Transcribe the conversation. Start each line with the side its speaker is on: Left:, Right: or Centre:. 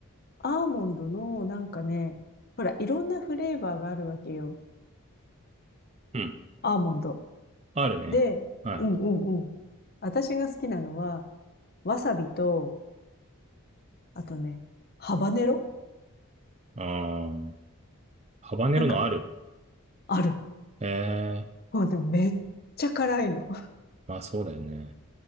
Left: アーモンドの、なんかね、ほら、いろんなフレーバーがあるわけよ。
Right: うん。
Left: アーモンド。
Right: あるね。
Left: で、
Right: はい。
Left: うんうんうん。私が好きなのは、わさびと、あとね、ハバネロ
Right: あー、ハバネロのある。
Left: なんか、ある。
Right: ええー、
Left: もうでもめっちゃ辛いの。
Right: まあそうだよね。